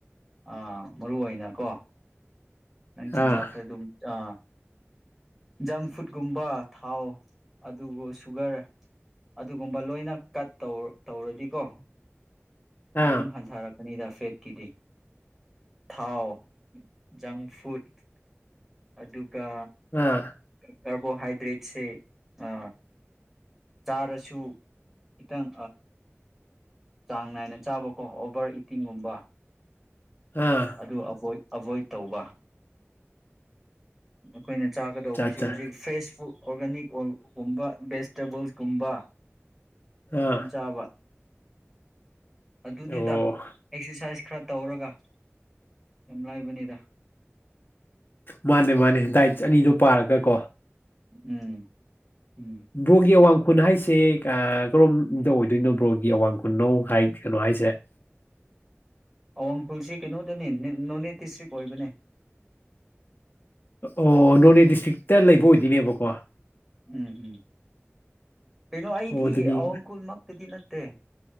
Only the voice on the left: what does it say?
ꯑꯥ
ꯑꯥ
ꯑꯥ
ꯑꯥ
ꯑꯠꯆꯥ ꯑꯠꯆꯥ
ꯑꯥ
ꯑꯣ
ꯃꯥꯅꯦ ꯃꯥꯅꯦ ꯗꯥꯏꯠ ꯑꯅꯤꯗꯣ ꯄꯥꯔꯒ ꯀꯣ
ꯕ꯭ꯔꯣꯒꯤ ꯑꯋꯥꯡ ꯈꯨꯟ ꯍꯥꯏꯁꯦ ꯀꯔꯣꯝꯗ ꯑꯣꯏꯗꯣꯏꯅꯣ ꯕ꯭ꯔꯣꯒꯤ ꯑꯋꯥꯡ ꯈꯨꯟꯅꯣ ꯍꯥꯏ ꯀꯩꯅꯣ ꯍꯥꯏꯁꯦ
ꯑꯣ ꯅꯣꯅꯦ ꯗꯤꯁꯇ꯭ꯔꯤꯛꯇ ꯂꯩꯕ ꯑꯣꯏꯗꯣꯏꯅꯦꯕꯀꯣ
ꯑꯣ ꯑꯗꯨꯗꯤ